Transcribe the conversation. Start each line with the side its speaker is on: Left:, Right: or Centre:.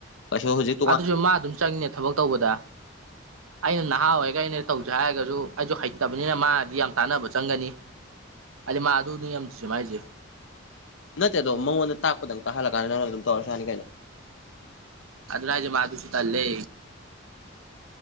Left: ꯀꯩꯁꯨ ꯍꯨꯖꯤꯛ꯫
Right: ꯑꯗꯨꯁꯨ ꯃꯥ ꯑꯗꯨꯝ ꯆꯪꯉꯤꯅꯦ ꯊꯕꯛ ꯇꯧꯕꯗ꯫ ꯑꯩꯅ ꯅꯍꯥ ꯑꯣꯏꯔꯒ ꯑꯩꯅ ꯇꯧꯖꯦ ꯍꯥꯏꯔꯒꯖꯨ ꯑꯩꯁꯨ ꯍꯩꯇꯕꯅꯤꯅ ꯃꯥꯗꯤ ꯌꯥꯝ ꯇꯥꯟꯅꯕ ꯆꯪꯒꯅꯤ꯫ ꯍꯥꯏꯗꯤ ꯃꯥ ꯑꯗꯨꯅꯤ ꯌꯥꯝ ꯁꯨꯝ ꯍꯥꯏꯖꯦ꯫
Left: ꯅꯠꯇꯦ ꯑꯗꯣ ꯃꯉꯣꯟꯗ ꯇꯥꯛꯄꯗꯪ ꯇꯥꯛꯍꯜꯂꯛꯀꯥꯟꯗ ꯅꯪꯅ ꯑꯗꯨꯝ ꯇꯧꯔꯁꯨ ꯌꯥꯅꯤ ꯀꯩꯅꯣ꯫
Right: ꯑꯗꯨꯅꯦ ꯍꯥꯏꯖꯦ ꯃꯥ ꯑꯗꯨꯁꯨ ꯇꯜꯂꯦ꯫